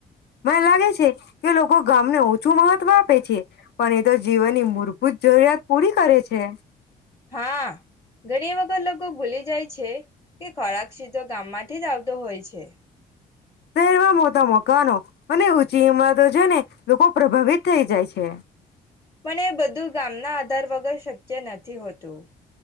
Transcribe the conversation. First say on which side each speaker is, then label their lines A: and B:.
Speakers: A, on the left (about 60°); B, on the left (about 20°).
A: મને લાગે છે કે લોકો ગામને ઓછું મહત્વ આપે છે પણ એ તો જીવનની મૂળભૂત જરૂરિયાત પૂરી કરે છે.
B: હા, ઘણી વખત લોકો ભૂલી જાય છે કે ખોરાક પછી તો ગામમાંથી જ આવતો હોય છે.
A: શહેરમાં મોટા મકાનો અને ઊંચી ઇમારતો જોઈને લોકો પ્રભાવિત થઈ જાય છે.
B: પણ એ બધું ગામના આધાર વગર શક્ય નથી હોતું.